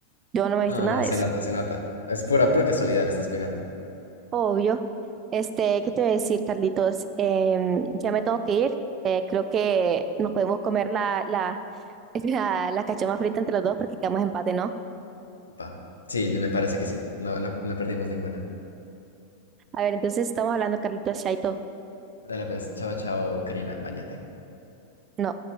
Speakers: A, on the right; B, on the left.
A: Yo no me he
B: No,
A: visto nada
B: no,
A: de
B: se
A: eso.
B: nota, se nota. Es pura, pura casualidad le estás pegando.
A: Obvio. Este, ¿qué te voy a decir, Carlitos? Em, ya me tengo que ir. Eh, creo que nos podemos comer la, la, <laughs> la, la cachama frita entre los dos porque quedamos empate, ¿no?
B: Pa. Sí, me parece que sí. No, no, no perdimos ninguna.
A: A ver, entonces estamos hablando, Carlitos, Chaito.
B: Dale pues, chao, chao, Karina, bañate.
A: No.